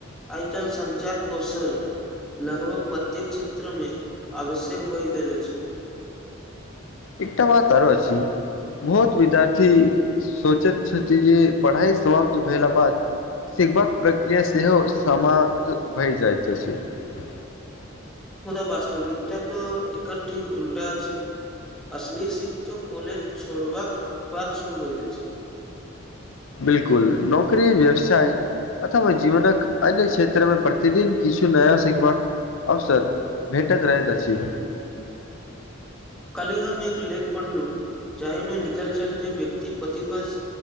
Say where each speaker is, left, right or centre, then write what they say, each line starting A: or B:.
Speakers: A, in the centre; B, on the left (about 70°).
A: आइ काएल संचार कौशल लगभग प्रत्येक क्षेत्रमे आवश्यक भऽ गेल अछि। <unintelligible>
B: एकटा बात आरो अछि बहुत विद्यार्थी सोचैत छथि जे पढ़ाई समाप्त भेला बाद सिखबाक प्रक्रिया सेहो समाप्त भइ जाइत छै। <unintelligible>
A: मुदा वास्तविकता तऽ एकर ठीक उल्टा अछि असली सिख त कोलेज छोड़बाक बाद शुरू होइत अछि। <unintelligible>
B: बिल्कुल नौकरी व्यवसाय अथवा जीवनक अन्य क्षेत्रमे प्रतिदिन किछु नया सिखबाक अवसर भेटैत रहैत अछि। <unintelligible>
A: कल्हि हम एक लेख पढ़लु जाहिमे लिखल छल जे व्यक्ति प्रतिवश